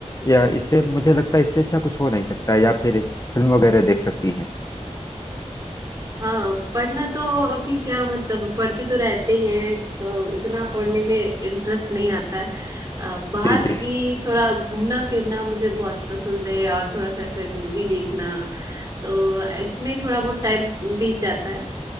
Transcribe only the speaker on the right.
हाँ पढ़ना तो अभी क्या मतलब पढ़ते तो रहते ही हैं तो उतना पढ़ने में इंटरेस्ट नहीं आता है अ, बाहर
की थोड़ा घूमना फिरना मुझे बहुत पसंद है और थोड़ा सा ऐसे मूवी देखना तो इसमें थोड़ा बहुत टाइम बीत जाता है